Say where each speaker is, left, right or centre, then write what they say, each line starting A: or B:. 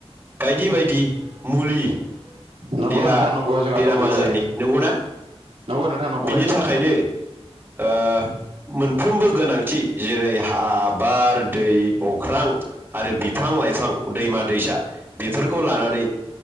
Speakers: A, on the right; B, on the right.
A: बायदि बायदि मुलि
B: नंगौ
A: देहा
B: नोंथां नंगौ जोंहा
A: बेराम
B: दंजोबखायो
A: आजारनि नंगौना
B: नंगौ नोंथां नंगौ
A: बिनि
B: एकदम
A: थाखायनो ओ मोनफ्रोमबो गोनांथि जेरै हा बार दै अख्रां आरो बिफां बिफां लाइफां दैमा दैसा बेफोरखौ लानानै